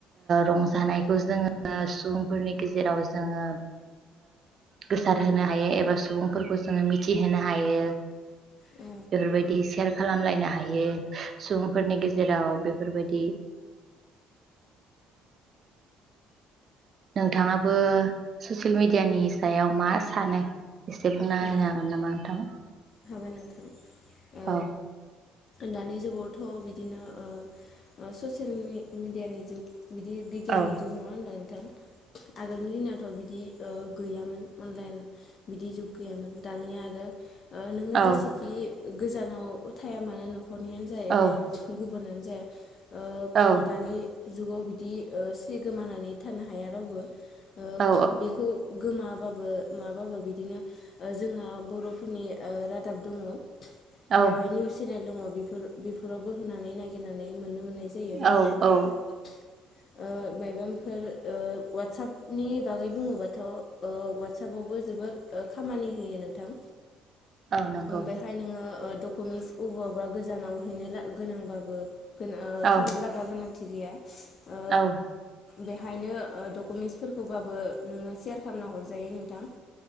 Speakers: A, on the right (about 45°); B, on the left (about 50°).
A: रंजानायखौ जोङो सुबुंफोरनि गेजेराव जोङो गोसार होनोनो हायो एबा बा सुबुंफोरखौ जो मिथहायो
B: औ
A: बेफोरबायदि सेयार खालामलायनो हायो सुबुंफोरनि गेजेराव बे फोरबायदि नोंथाङाबो ससियेल मिडियानि सायाव मा सानो एसेसे बुंना
B: औ
A: हागोन नामा नोंथां
B: हागोन नोंथां ओ
A: औ
B: दानि जुगावथ' बिदिनो ओ ससियेल मिडियानि जुग बिदि बिगियाननि
A: औ
B: जुग नङा होनबा आगोलनि दिनावथ' बिदि गैयामोन अनलाइन बिदि जु गैयामोन दानिया आरो ओ नोङो
A: औ
B: जेसेखि गोजानाव थाया मानो नख खरनियानो जाहैबाय
A: औ
B: बोननानै जाया ओ
A: औ
B: दानि जुगाव बिदि सि गोमानानै थानो हाया रावबो ओ
A: औ
B: बेखौ गोमाबाबो माबाबो बिदिनो जोंहा बर'फोरनि रादाब दङ बेहाय
A: औ
B: निउस चेनेल दङ बेफोरावबो होनानै नागिरनानै मोननो मोननाय जायो नोंथां
A: औ औ
B: ओ माइबंफोर ओ वाट्सपनि बागै बुङोबाथ' ओ वाट्सपावबो जोबोर ओ खामानि होयो नोंथां
A: औ नंगौ
B: ओम बेहाय नोङो मिस अबावबा गोजानाव हैनो ला गोनांबाबो गो ओ
A: औ
B: थांनो लागा गोनां थिग गैया ओ
A: औ
B: बेहायनो डकुमेन्टसफोरखौबाबो नोङो सेयार खालामना हरजायो नोंथां